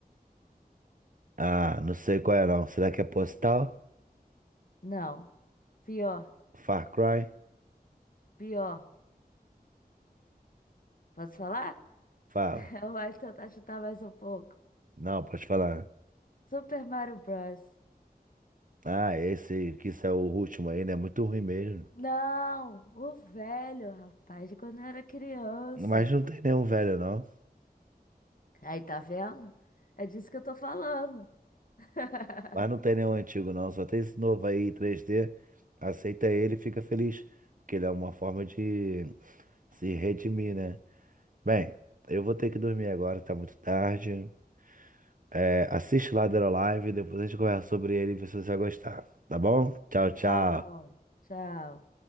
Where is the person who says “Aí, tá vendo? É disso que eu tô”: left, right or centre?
Left